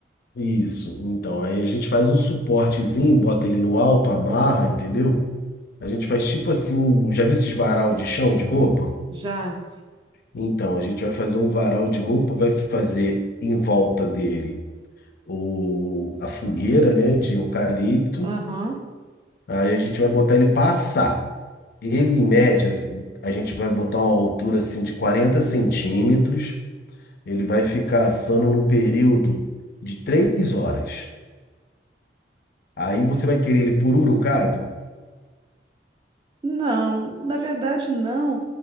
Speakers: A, on the left (about 60°); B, on the right (about 25°).
A: e isso. Então, aí a gente faz um suportezinho, bota ele no alto, amarra, entendeu? A gente faz tipo assim, já viu esses varal de chão de roupa?
B: Já.
A: Então, a gente vai fazer um varal de roupa, vai fazer em volta dele o, a fogueira, né, de eucalipto.
B: Aham.
A: Aí a gente vai botar ele passar. Ele, em média, a gente vai botar uma altura assim de 40 centímetros. Ele vai ficar assando num período de três horas. Aí você vai querer ele pururucado?
B: Não, na verdade não,